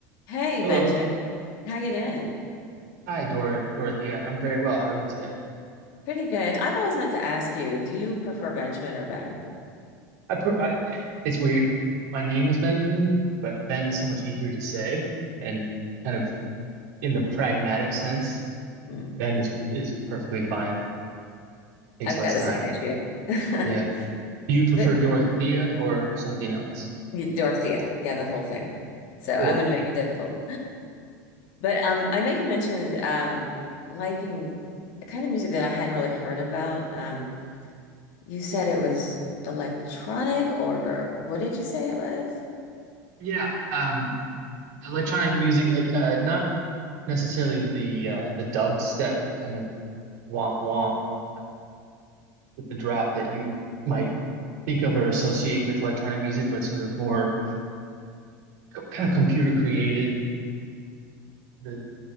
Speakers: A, on the left; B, on the right.
A: Hey
B: Hello.
A: Benjamin, how you doing?
B: Hi, Dor Dorothea. I'm very well. How are you today?
A: Pretty good. I've always meant to ask you, do you prefer Benjamin or Ben?
B: I, pr I it's weird. My name is Benjamin, but Ben is so much easier to say and kind of in the pragmatic sense,
A: Hmm.
B: Ben is is perfectly fine. Takes
A: I've
B: less
A: got
B: time.
A: the same issue.
B: Yeah.
A: <laughs>
B: Do you prefer
A: But-
B: Dorothea or something else?
A: Dorothea, yeah, the whole thing. So I'm
B: Cool.
A: going to make it difficult. But um, I know you mentioned um, liking a kind of music that I hadn't really heard about. Um, you said it was electronic, or what did you say it was?
B: Yeah. Um, electronic music, like uh, not necessarily the uh, the dubstep kind of womp womp uh, with the drop that you might think of or associate with electronic music, but sort of more co- kind of computer created. The